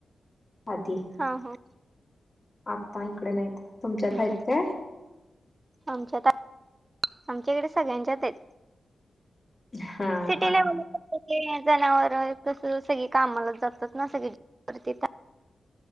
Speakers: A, on the left (about 35°); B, on the right (about 35°).
A: आदी
B: हा हो..
A: आता इकडे नाहीत.. तुमच्यात
B: हा
A: आहेत काय?
B: आमच्यात आहेत.. आमच्याकडे सगळ्यांच्यात आहेत..
A: हा
B: सिटी
A: हा
B: लेवल जनावर तस सगळी कामाला जातात ना सगळी <unintelligible>